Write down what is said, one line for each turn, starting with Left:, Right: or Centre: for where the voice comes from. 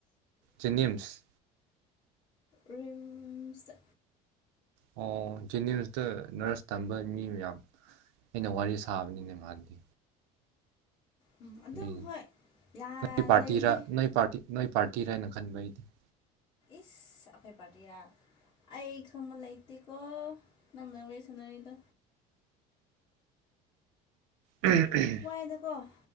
Right: ꯖꯦꯅꯤꯝꯁ
Left: ꯔꯤꯝꯁꯇꯥ
Right: ꯑꯣ ꯖꯦꯅꯤꯝꯁꯇ ꯅꯔꯁ ꯇꯝꯕ ꯃꯤ ꯃꯌꯥꯝ ꯑꯩꯅ ꯋꯥꯔꯤ ꯁꯥꯕꯅꯤꯅꯦ ꯃꯥꯗꯤ
Left: ꯎꯝ ꯑꯗꯨꯝ
Right: ꯑꯗꯨꯏꯅꯤ
Left: ꯍꯣꯏ ꯌꯥ
Right: ꯅꯣꯏ ꯄꯥꯔꯇꯤꯔ
Left: ꯂꯩꯕꯅꯦ
Right: ꯅꯣꯏ ꯄꯥꯔꯇꯤ ꯅꯣꯏ ꯄꯥꯔꯇꯤꯔꯥ ꯍꯥꯏꯅ ꯈꯟꯕ ꯑꯩꯗꯤ
Left: ꯏꯁ ꯑꯩꯈꫭꯏ ꯄꯥꯔꯇꯤꯔꯥ ꯑꯩ ꯈꯪꯕ ꯂꯩꯇꯦꯀꯣ ꯅꯪꯅ ꯋꯥꯔꯤ ꯁꯥꯟꯅꯔꯤꯗꯣ
Right: ꯎꯝ ꯎꯝ
Left: ꯥꯏ <unintelligible> ꯗꯀꯣ